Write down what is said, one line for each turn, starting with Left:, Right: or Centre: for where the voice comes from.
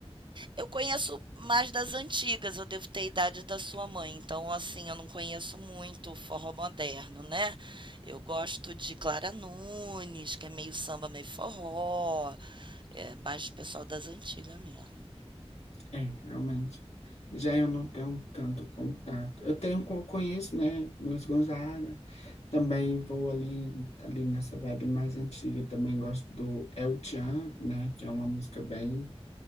Right: Eu conheço mais das antigas, eu devo ter a idade da sua mãe. Então, assim, eu não conheço muito o forró moderno, né? Eu gosto de Clara Nunes, que é meio samba, meio forró. É mais pessoal das antigas mesmo.
Left: É, realmente. Já eu não tenho tanto contato. Eu tenho, co- conheço, né, Luiz Gonzaga, Também vou ali, ali nessa vibe mais antiga, também gosto do El Chan, né, que é uma música bem,